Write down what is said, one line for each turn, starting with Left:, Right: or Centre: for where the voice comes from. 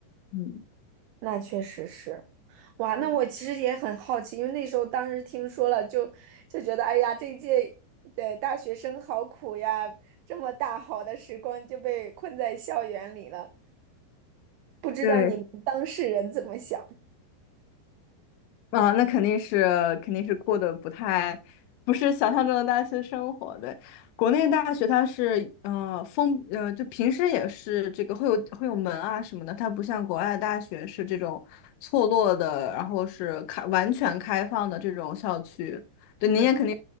Left: 嗯。
Right: 那确实是。哇，那我其实也很好奇，
Left: 嗯
Right: 因为那时候当时听说了就，就觉得，哎呀，这一届的大学生好苦呀，这么大好的时光就被困在校园里了。不知道你们当事人怎么想？
Left: 对，啊，那肯定是肯定是过得不太，不是想象中的大学生活。对，国内大学它是呃封呃，就平时也是这个会有会有门啊什么的，它不像国外的大学是这种错落的，然后是开完全开放的这种校区。对，
Right: 嗯，
Left: 您也肯定，